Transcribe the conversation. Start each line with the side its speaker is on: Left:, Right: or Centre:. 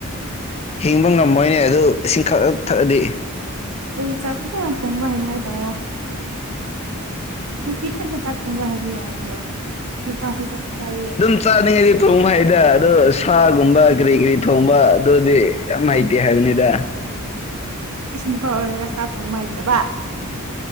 Left: ꯍꯤꯡꯕ ꯉꯝꯃꯣꯏꯅꯦ ꯑꯗꯨ ꯏꯁꯤꯡ ꯈꯛꯛ ꯊꯛꯑꯗꯤ
Right: ꯑꯗꯨꯗꯤ ꯆꯥꯛ ꯐꯖꯅ ꯊꯣꯡꯕ ꯍꯥꯏꯅꯉꯥꯏ ꯇꯥꯃꯣ ꯅꯨꯄꯤ ꯈꯛꯇ ꯆꯥꯛ ꯊꯣꯡꯕ ꯍꯥꯏꯕ ꯌꯥꯕ꯭ꯔꯣ ꯅꯨꯄꯥꯁꯨ ꯆꯥꯛ ꯆꯥꯏꯌꯦ
Left: ꯆꯥꯅꯤꯡꯉꯩꯗꯤ ꯊꯣꯡꯕ ꯍꯩꯗꯦ ꯑꯗꯣ ꯁꯥꯒꯨꯝꯕ ꯀꯤꯔꯤ ꯀꯤꯔꯤ ꯊꯣꯡꯕ ꯑꯗꯨꯗꯤ ꯌꯥꯝꯍꯩꯇꯦ ꯍꯥꯏꯕꯅꯤꯗ
Right: ꯏꯁ ꯅꯨꯄꯥ ꯑꯣꯏꯔꯒ ꯁꯥ ꯊꯣꯡꯕ ꯍꯩꯇꯕ